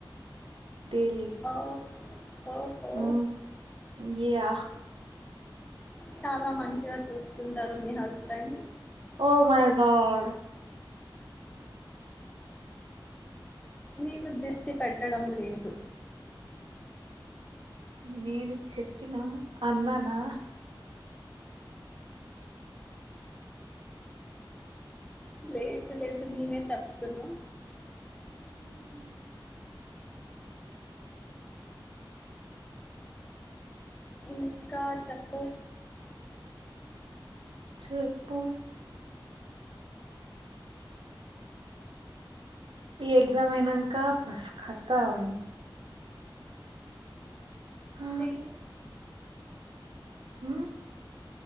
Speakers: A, on the right; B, on the left.
A: డైలీ
B: ఓ ఓహో
A: ఊ గ్యా
B: చాలా మంచిగా చూసుకుంటారు మీ హస్బెండ్
A: ఓ మై గాడ్
B: నేను దిష్టి పెట్టడం లేదు
A: నేను చెప్పినా అన్ననా
B: లేదు లేదు నేనే చెప్తున్నా
A: ఊ
B: ఇంకా చెప్పు
A: చెేప్పు ఈ ఎగ్జామ్ అయినాక పస్ ఖతం ఆ
B: దేని
A: అ